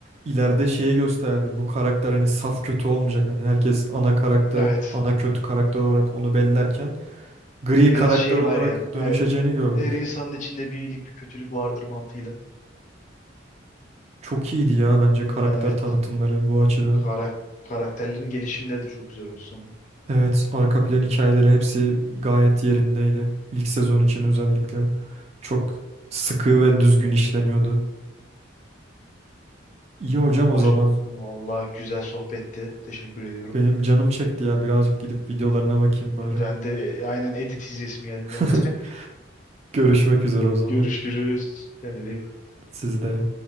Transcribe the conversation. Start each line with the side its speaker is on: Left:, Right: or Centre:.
Right: ileride şeyi gösterdi. Bu karakter hani saf kötü olmayacak. Hani herkes
Left: <laughs>
Right: ana
Left: Hı hı.
Right: karakter,
Left: Evet.
Right: ana kötü karakter olarak onu bellerken gri
Left: Biraz
Right: karakter
Left: şey
Right: olarak
Left: var yani.
Right: dönüşeceğini
Left: Evet.
Right: gördük.
Left: Her insanın içinde bir iyilik bir kötülük vardır mantığıyla.
Right: Çok iyiydi ya bence karakter
Left: Ee, evet.
Right: tanıtımları bu açıdan.
Left: Karak karakterlerin gelişimleri de çok güzel oldu sonra.
Right: Evet, arka plan hikayeleri hepsi gayet yerindeydi. İlk sezon için özellikle çok sıkı ve düzgün işleniyordu. İyi hocam o
Left: Baş
Right: zaman.
Left: Vallahi güzel sohbetti. Teşekkür ediyorum.
Right: Benim canım çekti ya. Birazcık gidip videolarına bakayım bari.
Left: Ben de aynen edit izlesim geldi benim
Right: <laughs>
Left: de.
Right: Görüşmek üzere
Left: <laughs>
Right: o zaman.
Left: Görüşürüz. Kendine iyi bak.
Right: Siz de.